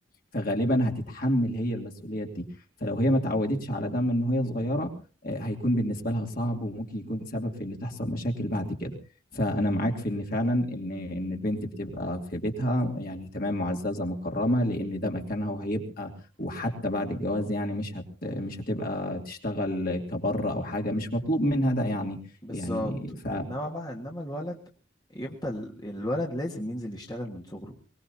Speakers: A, on the left; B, on the left.
A: فغالبا هتتحمل هي المسؤوليات دي فلو هي ما اتعودتش على ده من وهي صغيره آه، هيكون بالنسبه لها صعب وممكن يكون سبب في ان تحصل مشاكل بعد كده فأنا معاك في إن فعلا إن إن البنت بتبقى في بيتها يعني تمام معززة مكرمة لأن ده مكانها وهيبقى وحتى بعد الجواز يعني مش هت مش هتبقى تشتغل كبره أو حاجة مش مطلوب منها ده يعني
B: بالظبط
A: يعني ف
B: انما بقى انما الولد يفضل الولد لازم ينزل يشتغل من صغره